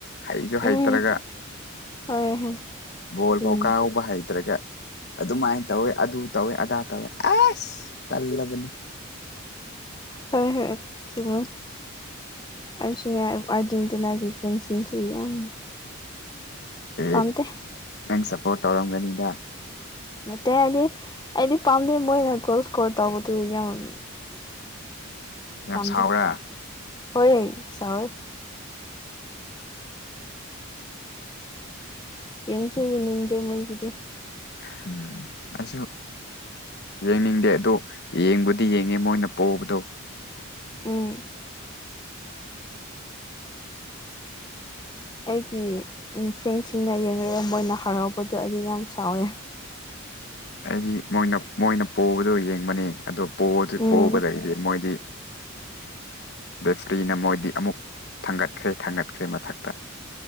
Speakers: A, on the left; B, on the left.
A: ꯍꯩꯁꯨ ꯍꯩꯇ꯭ꯔꯒ
B: ꯎꯝ ꯍꯣꯏ ꯍꯣꯏ
A: ꯕꯣꯜ
B: ꯑꯗꯨꯅꯤ
A: ꯐꯥꯎ ꯀꯥꯎꯕ ꯍꯩꯇ꯭ꯔꯒ ꯑꯗꯨꯃꯥꯏꯅ ꯇꯧꯋꯦ ꯑꯗꯨ ꯇꯧꯋꯦ ꯑꯗꯥ ꯇꯧꯋꯦ ꯑꯁ ꯇꯜꯂꯕꯅꯤ
B: ꯍꯣꯏ ꯍꯣꯏ ꯆꯨꯝꯃ‌ꯤ ꯑꯩꯁꯨꯅ‌ꯦ ꯑꯔꯖꯦꯟꯇꯤꯅꯥꯒꯤ ꯐꯦꯟꯁꯤꯡꯁ‌ꯦ ꯌꯥꯝ
A: ꯑꯦ
B: ꯄꯥꯝꯗꯦ
A: ꯅꯪ ꯁꯞꯄꯣꯔꯠ ꯇꯧꯔꯝꯒꯅꯤꯗ
B: ꯅꯠꯇꯦ ꯍꯥꯏꯗꯤ ꯑꯩꯗꯤ ꯄꯥꯝꯗꯦ ꯃꯣꯏꯅ ꯒꯣꯜ ꯏꯁꯀꯣꯔ ꯇꯧꯕꯗꯨ ꯌꯥꯝ
A: ꯌꯥꯝ
B: ꯄꯥꯝꯗꯦ
A: ꯁꯥꯎꯕ꯭ꯔꯥ
B: ꯍꯣꯏ ꯁꯥꯎꯋꯦ ꯌꯦꯡꯁꯨ ꯌꯦꯡꯅꯤꯡꯗꯦ ꯃꯣꯏꯒꯤꯗꯤ
A: ꯍꯝ ꯑꯩꯁꯨ ꯌꯦꯡꯅꯤꯡꯗꯦ ꯑꯗꯣ ꯌꯦꯡꯕꯨꯗꯤ ꯌꯦꯡꯉꯦ ꯃꯣꯏꯅ ꯄ‌ꯣꯕꯗꯣ
B: ꯎꯝ ꯑꯩꯒꯤ ꯎꯝ ꯐ꯭ꯔꯦꯟꯁꯤꯡꯅ ꯌꯦꯡꯉꯥꯒ ꯃ‌ꯣꯏꯅ ꯍꯔꯥꯎꯕꯗꯣ ꯑꯩꯗꯤ ꯌꯥꯝ ꯁꯥꯎꯋꯦ
A: ꯑꯩꯗꯤ ꯃꯣꯏꯅ ꯃꯣꯏꯅ ꯄꯣꯕꯗꯣ ꯌꯦꯡꯕꯅꯤ ꯑꯗꯣ ꯄ‌ꯣꯗꯤ
B: ꯎꯝ
A: ꯄꯣꯕꯗꯩꯗꯤ ꯃꯣꯏꯗꯤ ꯔ‌ꯦꯐ꯭ꯔꯤꯅ ꯃꯣꯏꯗꯤ ꯑꯃꯨꯛ ꯊꯥꯡꯒꯠꯈ꯭ꯔꯦ ꯊꯥꯡꯒꯠꯈ꯭ꯔꯦ ꯃꯊꯛꯇ